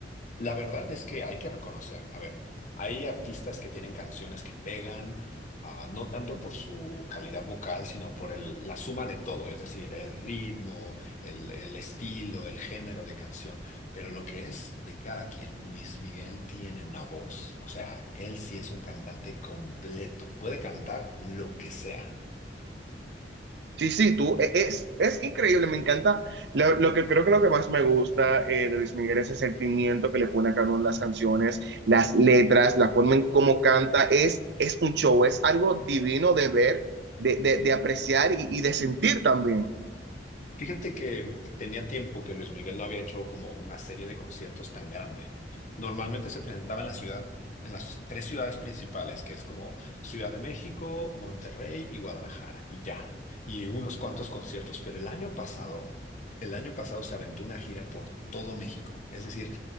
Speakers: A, on the left; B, on the right.
A: La verdad es que hay que reconocer, a ver, hay artistas que tienen canciones que pegan, ah, no tanto por su calidad vocal, sino por el- la suma de todo, es decir, el ritmo, el, el estilo, el género de canción, pero lo que es de cada quien, Luis Miguel tiene una voz, o sea, él sí es un cantante completo, puede cantar lo que sea.
B: Sí, sí, tú, e- es, es increíble, me encanta. Lo, lo que creo que lo que más me gusta eh, de Luis Miguel es el sentimiento que le pone a cada una de las canciones, las letras, la forma en cómo canta, es, es un show, es algo divino de ver, de, de, de apreciar y, y de sentir también.
A: Fíjate que tenía tiempo que Luis Miguel no había hecho como una serie de conciertos tan grande. Normalmente se presentaba en la ciudad, en las tres ciudades principales, que es como Ciudad de México, Monterrey y Guadalajara, y ya. Y unos cuantos conciertos. Pero el año pasado, el año pasado se aventó una gira por todo México. Es decir,